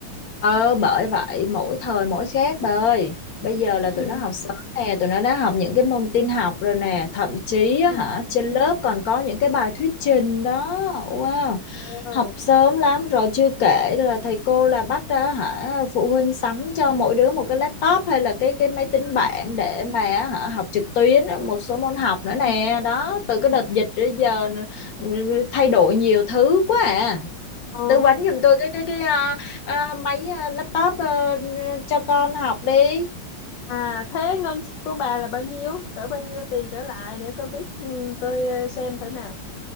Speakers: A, on the left; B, on the left.
A: Ờ bởi vậy mỗi thời mỗi khác bà ơi Bây giờ là
B: Ừ,
A: tụi nó học sớm nè Tụi nó đã học những cái môn tin học rồi nè Thậm chí
B: ừ.
A: á hả trên lớp còn có những cái bài thuyết trình đó Wow
B: Wow.
A: Học sớm lắm rồi chưa kể là thầy cô là bắt ra hả Phụ huynh sắm cho mỗi đứa một cái laptop hay là cái cái máy tính
B: Ừ,
A: bảng Để mà á hả học trực tuyến một số môn học nữa
B: ừ,
A: nè Đó từ
B: ừ.
A: cái đợt dịch tới giờ thay đổi nhiều thứ quá à
B: Ồ,
A: tư vấn giùm tôi cái cái cái à, à, máy à, laptop ờ, cho con học đi
B: À thế ngân của bà là bao nhiêu? Cỡ bao nhiêu tiền trở lại để tôi biết ừ, tôi ờ, xem thử nào.